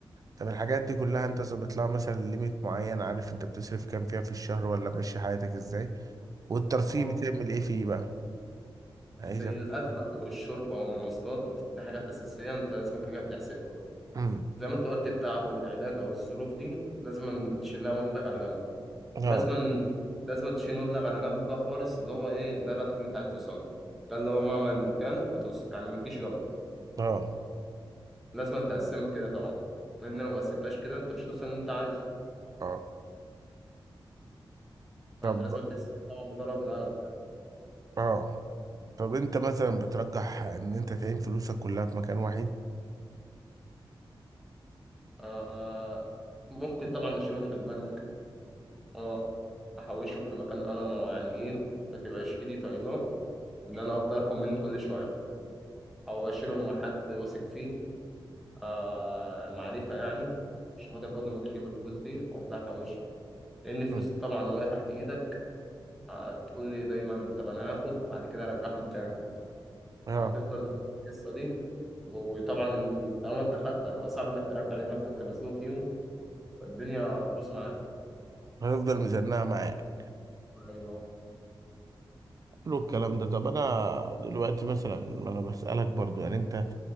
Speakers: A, on the right; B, in the centre.
A: طب الحاجات دي كلها انت ظابط لها مثلا ليميت معين عارف انت بتصرف كام فيها في الشهر ولا ماشي حياتك ازاي والترفيه
B: طبعا
A: بتعمل ايه فيه بقى عايز
B: زي
A: أف-
B: الاكل او الشرب او المواصلات دي حاجات اساسيه انت لازم كده بتحسبها
A: امم
B: زي ما انت قلت التعب او العلاج او الظروف دي لازم تشيل لها مبلغ على جنب
A: اه
B: ولازم لازم تشيل مبلغ على جنب بقى خالص اللي هو ايه ده الهدف اللي انت عايز توصل له. ده اللي هو مهما كان ما توصل يعني ما تجيش جنبه
A: اه
B: لازم تقسمها كده طبعا لان لو ما قسمتهاش كده انت مش هتوصل اللي انت عايزه
A: اه طب
B: فانت لازم تحسب طبعا بالورقه وبالقلم
A: اه طب انت مثلا بترجح ان انت تعين فلوسك كلها في مكان واحد
B: آه ممكن طبعا اشيلهم في البنك اه احوشهم في مكان انا ما يعني ايه ما تبقاش ايدي طايله ان انا افضل اخد منه كل شويه او اشيلهم مع حد واثق فيه آه معرفه يعني عشان خاطر برضه ما اجيش جنب الفلوس دي وافضل احوشهم لان الفلوس
A: مم.
B: طبعا لو هي تحت ايدك هتقول لي دايما طب انا هاخد بعد كده ارجعهم تاني
A: اه
B: فهتفضل في القصه دي وطبعا ال- طالما انت خدت هتبقى صعب انك ترجع لانك كنت مزنوق فيهم فالدنيا هتبوظ معاك
A: هنفضل ميزانها معاك
B: ايوه
A: كله الكلام ده طب انا دلوقتي مثلا ما انا بسألك برضو يعني انت